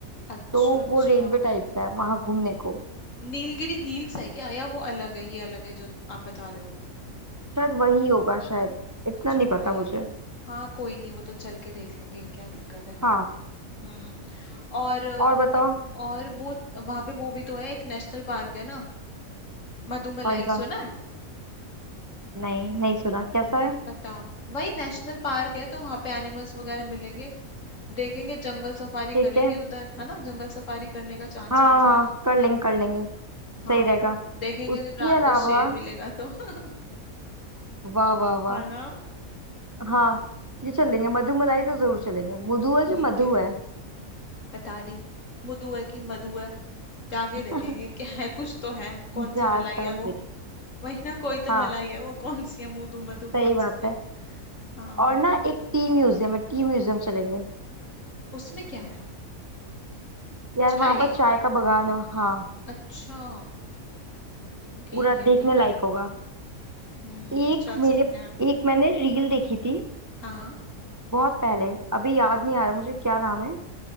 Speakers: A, on the left; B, on the right.
A: अच्छा
B: तो
A: अच्छा
B: वो रेलवे टाइप का है वहां घूमने को
A: नीलगिरी हिल्स है क्या या वो अलग है ये अलग है जो आप बता रहे हो
B: शायद वही होगा शायद इतना
A: अच्छा
B: नहीं
A: भाई
B: पता मुझे
A: हाँ कोई नहीं वो तो चल के देख लेंगे क्या दिक्कत है
B: हाँ
A: हम्म और अ,
B: और बताओ
A: और वो वहां पे वो भी तो है एक नेशनल पार्क है ना मधुमलाई
B: कौन सा
A: सुना है
B: नहीं नहीं सुना कैसा
A: नहीं
B: है
A: पता वही नेशनल पार्क है तो वहां पे एनिमल्स वगैरह मिलेंगे देखेंगे जंगल सफारी
B: ठीक
A: करेंगे
B: है
A: उधर है ना जंगल सफारी करने का चांस
B: हाँ
A: मिल
B: हाँ
A: जाएगा
B: हाँ, कर लेंगे कर लेंगे
A: हाँ
B: सही रहेगा
A: देखेंगे
B: उसके
A: अगर रात
B: अलावा
A: को शेर मिलेगा तो <laughs>
B: वाह वाह वाह
A: है ना
B: हाँ ये चलेंगे मधु मलाई तो जरूर चलेंगे मधु
A: ठीक
B: है कि मधु
A: है
B: है
A: पता नहीं मुदु है कि मधु है जाके
B: <laughs>
A: देखेंगे क्या है कुछ तो है कौन
B: जाकर
A: सी मलाई है वो
B: देखें
A: वही ना कोई तो
B: हाँ
A: मलाई है वो कौन सी है मुदू मधु
B: सही
A: कौन
B: बात
A: सी है
B: है
A: हाँ
B: और ना एक टी म्यूजियम है टी म्यूजियम चलेंगे
A: उसमें क्या है
B: यार
A: चाय
B: वहां पर चाय का बगान हो हाँ
A: अच्छा ठीक
B: पूरा
A: है
B: देखने
A: ठीक
B: लायक
A: है
B: होगा
A: हम्म
B: एक
A: चल
B: मेरे
A: सकते हैं
B: एक मैंने रील देखी थी
A: हाँ
B: बहुत पहले अभी याद नहीं आ रहा मुझे क्या नाम है